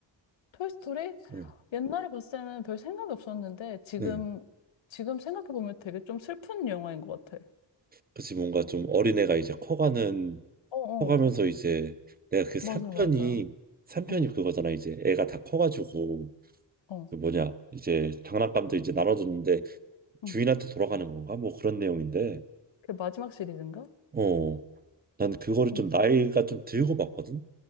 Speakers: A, on the left; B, on the right.
A: 토이스토리?
B: 응.
A: 옛날에 봤을 때는 별 생각이 없었는데, 지금,
B: 응.
A: 지금 생각해보면 되게 좀 슬픈 영화인 것 같아.
B: 그치, 뭔가 좀 어린애가 이제 커가는,
A: 어,
B: 커가면서
A: 어.
B: 이제 내가 그
A: 맞아,
B: 3편이,
A: 맞아.
B: 3편이
A: 어,
B: 그거잖아. 이제 애가 다 커가지고,
A: 어.
B: 그 뭐냐, 이제 장난감도 이제 나눠줬는데
A: 응.
B: 주인한테 돌아가는 건가? 뭐 그런 내용인데,
A: 그 마지막 시리즈인가?
B: 어, 난 그거를
A: 어,
B: 좀 나이가 좀 들고 봤거든.